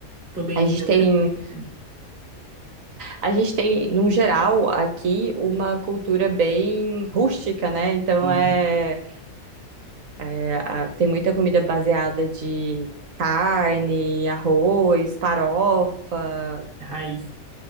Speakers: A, on the right; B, on the right.
A: Tô bem
B: A
A: de
B: gente
A: geografia,
B: tem.
A: pelo menos.
B: A gente tem, num geral, aqui uma cultura bem rústica, né? Então
A: Aham.
B: é, é, a- tem muita comida baseada de carne, arroz, farofa,
A: É Raiz.